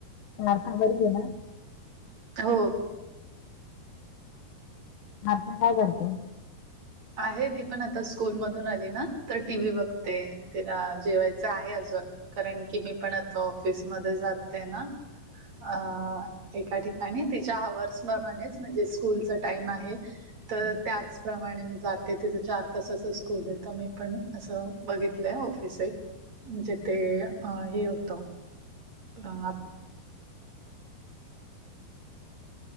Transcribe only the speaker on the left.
सारख भरी आहे ना.
आता काय करते.
हा.